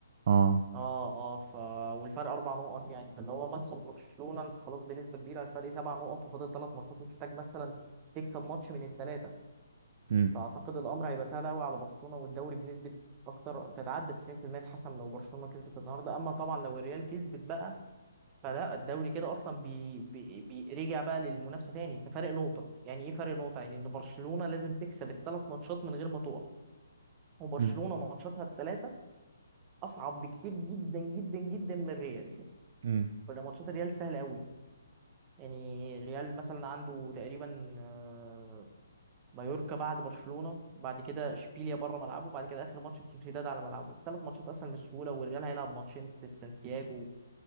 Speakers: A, on the right; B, on the right.
A: اه
B: اه اه ف والفرق اربع نقط يعني فاللي هو مكسب برشلونه انت خلاص بنسبه كبيره الفرق سبع نقط وفاضل ثلاث ماتشات محتاج مثلا تكسب ماتش من الثلاثه
A: امم
B: فاعتقد الامر هيبقى سهل قوي على برشلونه والدوري بنسبه اكثر تتعدى 90% اتحسم لو برشلونه كسبت النهارده اما طبعا لو الريال كسبت بقى فلا الدوري كده اصلا بي... بي... بي... رجع بقى للمنافسه تاني انت فارق نقطه يعني ايه فارق نقطه يعني ان برشلونه لازم تكسب الثلاث ماتشات من غير ما تقع وبرشلونه
A: امم
B: ماتشاتها الثلاثه اصعب بكتير جدا جدا جدا من الريال
A: امم
B: ولا ماتشات الريال سهله قوي يعني الريال مثلا عنده تقريبا آه، مايوركا بعد برشلونه بعد كده اشبيليا بره ملعبه بعد كده اخر ماتش سوسيداد على ملعبه ثلاث ماتشات اسهل من السهوله والريال هيلعب ماتشين في سانتياجو